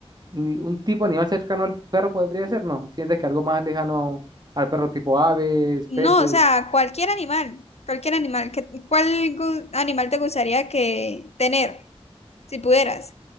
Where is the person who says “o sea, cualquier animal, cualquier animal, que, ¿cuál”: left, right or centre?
Left